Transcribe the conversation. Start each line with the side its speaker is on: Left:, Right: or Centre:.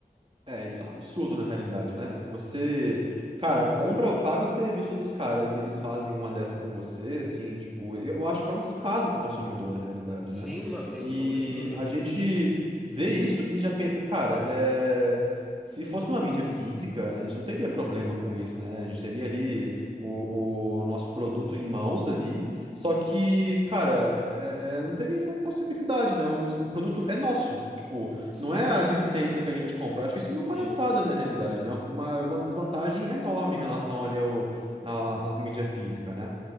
Right: É, isso é um absurdo na realidade, né? Porque você, cara, compra, paga o serviço dos caras e eles fazem uma dessa com você, assim, tipo, eu acho que é um descaso com o consumidor na realidade, né?
Centre: Sim, mano, sem
Right: E
Centre: sombra de dúvida.
Right: a gente vê isso e já pensa, cara, é, se fosse uma mídia física, a gente não teria problema com isso, né? A gente teria ali o, o nosso produto em mãos ali, só que, cara, é- é, não teria essa possibilidade, né? O, o produto é nosso, tipo.
Centre: Sim.
Right: Não é a licença que a gente compra. Eu acho isso uma
Centre: Sim,
Right: palhaçada
Centre: sim.
Right: na realidade, né? Uma desvantagem enorme em relação ali ao, à, à mídia física, né?